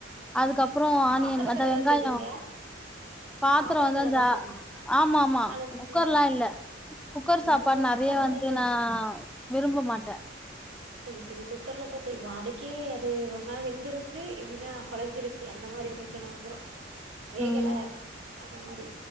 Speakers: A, in the centre; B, on the right.
A: அதுக்கப் றோ ஆனியன்
B: பாத்திரத்துலதா
A: அந்த வெங்காயோ
B: செய்வீங்க?
A: பாத்தரோ
B: பாத்திரத்துலதா
A: வந்து அந்த
B: செய்வீங்க.
A: ஆமாமா
B: ஆனா
A: குக்கர்லா
B: ம்
A: இல்ல குக்கர் சாப்
B: நாங்க
A: பாட் நெறைய
B: குக்கர்ல
A: வந்து
B: தான் செய்வோ.
A: நா விரும்ப மாட்டே
B: செரி செரி குக்கர்ல தா செய்வோ அதுக்கே அது ஒன்னா வெந்திருக்கு இல்லீனா கொழஞ்சிருச்சி அந் த மாரி பிரச்சன வந்துரு வேகல
A: ம்
B: அந்த மாரி